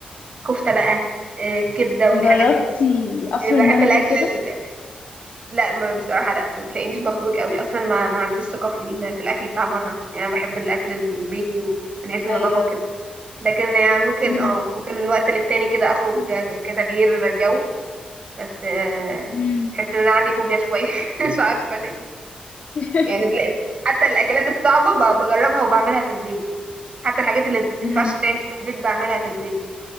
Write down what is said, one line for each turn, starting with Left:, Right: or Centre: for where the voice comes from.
Right: كفته
Left: إيه.
Right: بقى آه، كبده والحاجات
Left: جربتي
Right: دي
Left: قصر
Right: آه، بحب
Left: المندي
Right: الاكل
Left: وكده
Right: ال... لا ما بصراحه لا ما تلاقينيش بخرج قوي اصلا ما, ما عنديش ثقه في, ال... في الاكل بتاع بره يعني انا بحب الاكل البيتي ومن حيث النظافه
Left: ايوه
Right: وكده لكن يعني ممكن
Left: امم
Right: اه ممكن من وقت للتاني كده اخرج آه، كتغيير جو بس آه،
Left: امم
Right: تحس ان انا عندي فوبيا شويه <laughs> مش عارفه ليه
Left: <laughs>
Right: يعني تلاقي حتى الاكلات الصعبه ب- بجربها وبعملها في البيت حتى الحاجات اللي ما بتنفعش
Left: امم
Right: تعمل في البيت بعملها في البيت